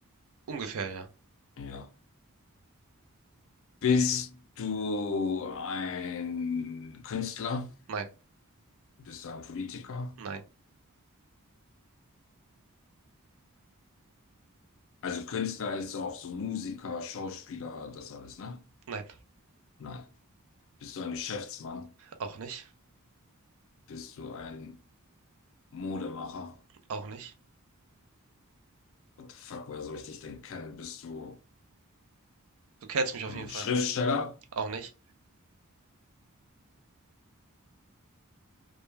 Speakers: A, on the right; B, on the left.
A: ungefähr ja.
B: Ja. Bist du ein Künstler?
A: Nein,
B: Bist du ein Politiker?
A: nein,
B: Also Künstler ist auch so Musiker, Schauspieler, das alles, ne?
A: nein.
B: Nein. Bist du ein Geschäftsmann?
A: Auch nicht,
B: Bist du ein Modemacher?
A: auch nicht.
B: What the fuck, woher soll ich dich denn kennen? Bist du
A: Du kennst mich auf
B: ein
A: jeden Fall.
B: Schriftsteller?
A: Auch nicht.